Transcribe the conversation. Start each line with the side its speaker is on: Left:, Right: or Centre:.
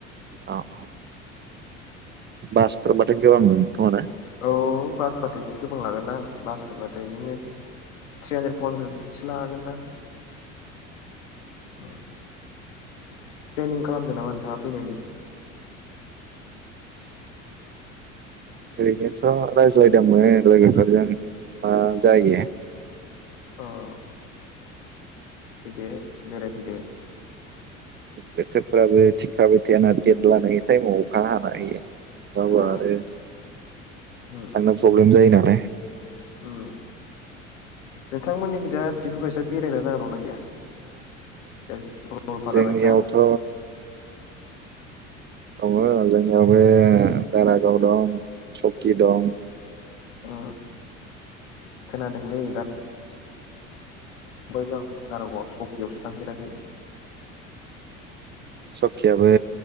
Right: औ औ बासफोरबाथाय गोबां मोनो खोमा ने?
Left: औ बासबाथाय एसे गोबां लागोनदां बासफोरबाथाय बिदिनो थ्रि हानद्रेद फर हानद्रेदसो लागोनदां। उम। प्लेनिं खालामदों नामा नोंथाङा फैनायनि।
Right: <inaudible> ओरैनोथ रायज्लायदोंमोन लोगोफोरजों। मा जायो।
Left: अह। फैदो बेरायफैदो।
Right: बोथोरफ्राबो थिग थाबाय थायाना देट लानायनि टाइमाव अखा हाना होयो। अखा हाबा
Left: ओ
Right: आरो
Left: उम
Right: थांनो
Left: उम
Right: प्रब्लेम
Left: उम
Right: जायो नालाय।
Left: उम नोंथांमोननि खिजा बेफोरबायसा बेरायग्रा जायगा दंना गैया दा सरलफारा
Right: जोंनियावथ'
Left: बायसा।
Right: दङ जोंनियाव बे दारागाव दं चकि दं।
Left: ओ खोनादोंलै दा ओमफाय जों गारागावआव सक बेयावसो थांफेराखै।
Right: सखियाबो